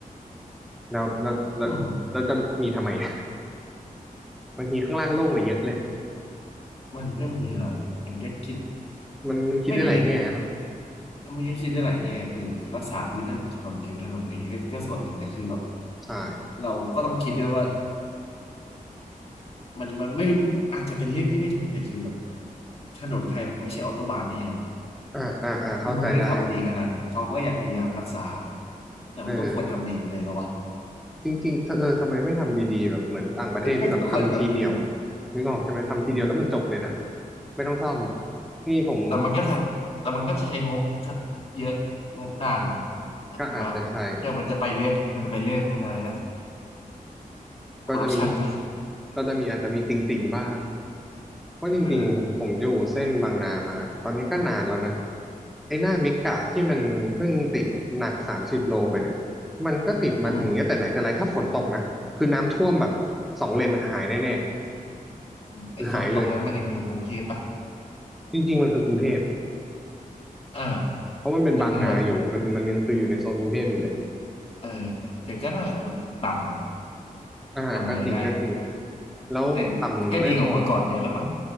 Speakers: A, in the centre; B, on the left.
A: แล้วแล้วแล้วแล้วจะมีทำไม
B: อืม
A: <laughs> บางทีข้างล่างโล่งกว่าเยอะเลย
B: มันมันก็มีหลายมันก็คิด
A: มันมันคิดได้หลายแง่เนาะ
B: ไม่รู้ดิมันก็คิดได้หลายแง่คือแบบรักษาพื้นถนนผิวถนนอะไรอย่างเงี้ยก็ส่วนหนึ่งแต่คือแบบ
A: ใช่
B: เราก็ต้องคิดด้วยว่ามันมันไม่อาจจะเป็นเรื่องที่ไม่ถูกแต่คือแบบถนนไทยมันไม่ใช่ออโตบานที่เยอรมัน
A: อ่าอ่าอ่าเข้าใจได้
B: มันไม่ได้ทำดีขนาดนั้นเขาก็อยากพยายามรักษาแต่มันก็ควรทำดีไปเลยปะวะ
A: เออ จริงๆเธอเออทำไมไม่ทำดีๆแบบเหมือนต่างประเทศที่แบบทำทีเดียวอ่ะนึกออกใช่ไหมทำทีเดียวแล้วมันจบเลยนะ
B: <laughs> ก็ควรทำดีไปเลย
A: ไม่ต้องซ่อมนี่ผม
B: แต่มันก็ถ้าแต่มันก็จะใช้งบเยอะงบนาน
A: ก็อาจจะใช่
B: มาเดี๋ยวมันจะไปเรื่องมันจะไปเรื่องอะไรนะคอร์รัปชันไหม
A: ก็จะมีก็จะมีอาจจะมีติ่งๆบ้างเพราะจริงๆผมผมอยู่เส้นบางนามาตอนนี้ก็นานแล้วนะ
B: เออ
A: ไอ้หน้าเมกะที่มันเพิ่งติดหนักสามสิบโลไปเนี่ยมันก็ติดมาถึงอย่างเงี้ยแต่ไหนแต่ไรถ้าฝนตกนะคือน้ำท่วมแบบสองเลนอะหายแน่
B: อืม
A: ๆคือหายเลย
B: ไอ้โซนตรงนั้นมันยังอยู่กรุงเทพปะ
A: จริงๆมันคือกรุงเทพ
B: อ่า
A: เพราะมันเป็นบางนาอยู่
B: ก็คือแบบ
A: มันมันยังคืออยู่ในโซนกรุงเทพอยู่เลย
B: เออแต่ก็นั่นแหละมันต่ำอ่ะ
A: อ่าก็จริงก็จริง
B: ทำไงได้
A: แล้วต่ำไม่พอ
B: แต่ก็ดีกว่าเมื่อก่อนเยอะแล้วมั้ง